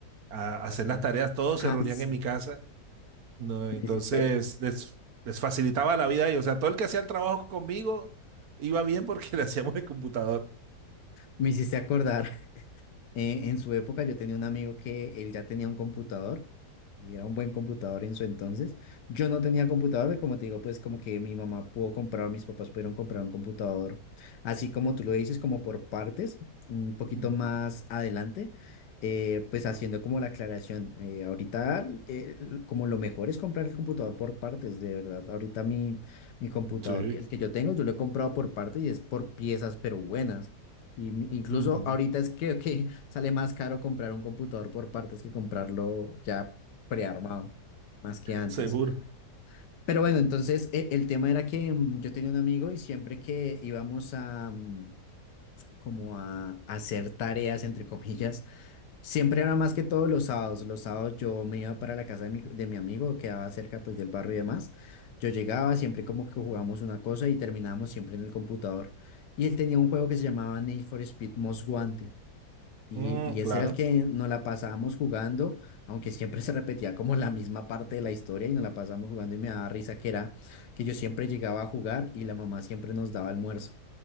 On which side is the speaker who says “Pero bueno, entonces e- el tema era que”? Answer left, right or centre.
Left